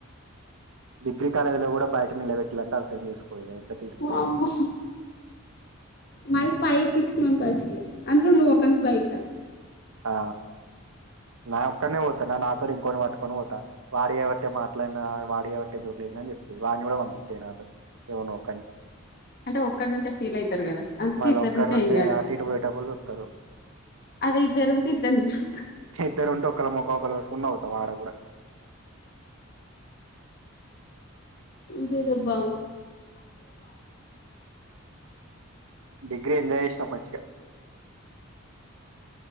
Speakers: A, on the right; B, on the left.
A: డిగ్రీ కాలేజీ లో కూడా బయట నిలబెట్టిలంటే అర్థం చేసుకో ఇగ ఇంత
B: వామ్మో మల్ ఫైవ్ సిక్స్ మెంబర్స్ అందులో నువ్వు ఒక్కనివి బయటా
A: ఆ నా ఒక్కనే పోతా నా నాతో ఇంకొని పట్టుకొని పోతా వాడి ఏయావట్టే మాట్లాడిన వాడి ఏయవట్టే నిజం చెప్పేది వాన్నీ కూడా పంపించేది నాతో ఏవన్నో ఒకన్ని
B: అంటే ఒక్కడుంటే ఫీల్ అయితారు కదా అందుకే
A: మళ్ళ
B: ఇద్దరుంటే
A: ఒక్కనుంటే
B: ఏం కాదు
A: అటు ఇటు పోయేటప్పుడు చూత్తరు
B: అదే ఇద్దారు ఉంటు ఇద్దరునీ చుత్తరు
A: ఇద్దరు ఉంటే ఒకల మొఖం ఒకరు చూసుకుంటా నవ్వుతాం ఆడ కూడా
B: సిదబ్బ
A: డిగ్రీ ఎంజాయ్ చేసినం పై చ్చిగా